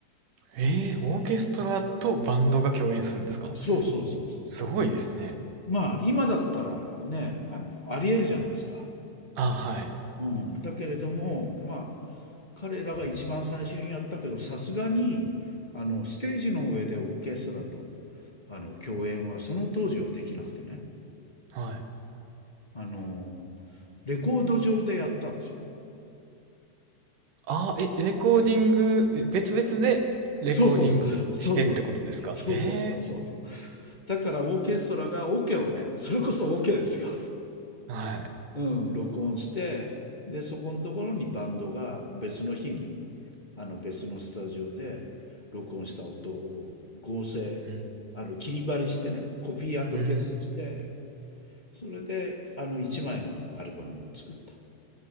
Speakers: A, on the right (about 80°); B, on the left (about 20°).
A: えー、オーケストラとバンドが共演するんですか
B: そうそうそうそうそう。
A: すごいですね。
B: まあ、今だったらね、あの、ありえるじゃないですか。
A: あ、はい。
B: うん。だけれども、まあ、彼らが一番最初にやったけど、さすがに、あの、ステージの上でオーケストラと、あの、共演はその当時はできなくてね。
A: はい。
B: あの、レコード上でやったんですよ。
A: あ、え、レコーディング、え別々でレコーディングしてってことですかえ
B: そうそうそう。そうそうそう。そうそうそうそうそう。だからオーケストラがオ、ケをね、それこそオ、ケですよ。
A: えーはい。
B: うん、録音して、で、そこのところにバンドが別の日に、あの別のスタジオで録音した音を合成、
A: うん。
B: あの切り貼りしてね、コピーペーストして、
A: うん。
B: それであの1枚のアルバムを作った。